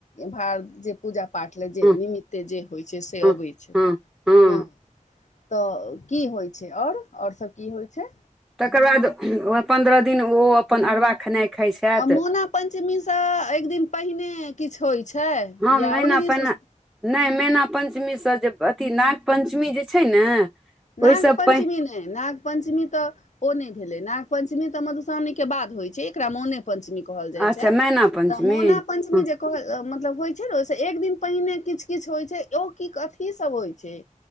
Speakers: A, on the left; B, in the centre.
A: भार जे पूजा पाठल जे
B: हँ
A: निमित्ते जे होइ छै से
B: हँ
A: अबै छै
B: हँ हँ
A: ह। तऽ कि होइ छै और और सभ कि होइ छै
B: तकर बाद पन्द्रह दिन ओ अपन अरबा खेनाइ खाइ छथि
A: मोना पञ्चमी सँ एक दिन पहिने किछु होइत छै
B: हँ
A: या
B: मैना
A: ओहि दिन
B: पहिने
A: से
B: नहि मैना पञ्चमीसँ जे अथी नाग पञ्चमी जे छै ने
A: नाग
B: ओहिसँ
A: पञ्चमी।
B: पहि
A: नाग पञ्चिम तऽ ओ नहि भेलै नाग पंचमी तऽ मधुश्रावणी के बाद होइ छै एकरा मोने पञ्चमी कहल जाइ
B: अच्छा
A: छै,
B: मैना पञ्चमी
A: त मोना पञ्चमी
B: ह
A: इ जे कह मतलब होइ छै ने ओइसे एक दिन पहिने किछु किछु होइ छै ओ की अथी सभ होइ छै